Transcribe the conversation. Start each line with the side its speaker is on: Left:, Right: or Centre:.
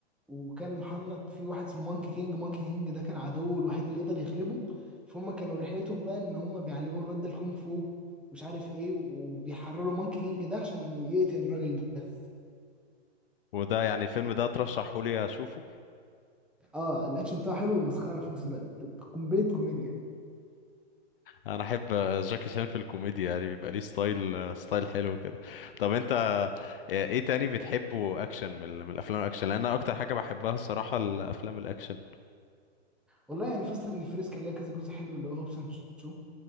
Centre: وكان محنط في واحد اسمه مونكي كينج مونكي كينج ده كان عدوه الوحيد اللي يقدر يغلبه فهم كانوا رحلتهم بقى ان هم بيعلموا الواد ده الكونغ فو مش عارف ايه وبيحرروا مونكي كينج ده عشان يقتل الراجل ده
Left: وده يعني الفيلم ده ترشحه لي اشوفه
Centre: اه الاكشن بتاعه حلو ومسخره في نفس الوقت كومبليت كوميديا
Left: انا احب جاكي شان في الكوميديا يعني بيبقى ليه ستايل ستايل حلو كده طب انت ايه تاني بتحبه اكشن من ال- من الافلام الاكشن لان انا اكتر حاجه بحبها الصراحه الافلام الاكشن
Centre: والله يعني فاست اند فيريس كان ليها كذا جزء حلو اللي هو هوبس اند شو